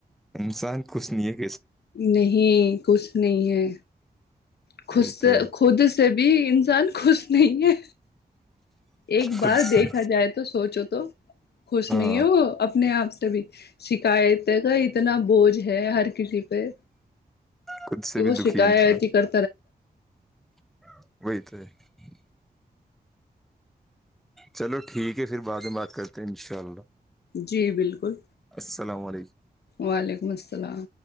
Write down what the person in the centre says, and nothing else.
انسان کس نیک
وہی
تو ہے
خود
ہاں
خود سے
بھی
دکھی
ہے انسان
<unintelligible> چلو ٹھیک ہے پھر بعد میں بات کرتے ہیں انشاء اللہ
السلام علیکم